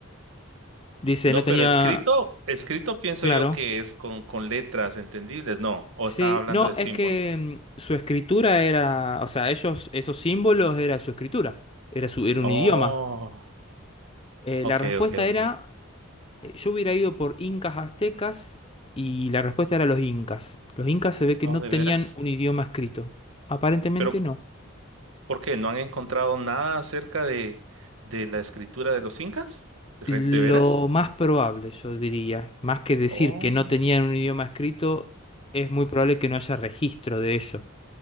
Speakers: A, on the left; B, on the right.
A: Dice,
B: No,
A: no tenía...
B: pero escrito, escrito pienso
A: Claro.
B: yo que es con, con letras entendibles, no, o
A: Sí,
B: estaba hablando
A: no,
B: de símbolos.
A: es que mm, su escritura era, o sea, ellos, esos símbolos era su escritura, era su, era un
B: Oh.
A: idioma. Eh,
B: Ok,
A: la respuesta
B: ok, ok.
A: era, eh, yo hubiera ido por incas aztecas y la respuesta era los incas. Los incas se ve que
B: Oh,
A: no
B: ¿de
A: tenían
B: veras?
A: un idioma escrito. Aparentemente
B: ¿Pero
A: no.
B: por qué? ¿No han encontrado nada acerca de, de la escritura de los incas? ¿De,
A: Lo
B: re- de veras?
A: más probable, yo diría, más que decir
B: Oh,
A: que no tenían un idioma escrito, es muy probable que no haya registro de ello,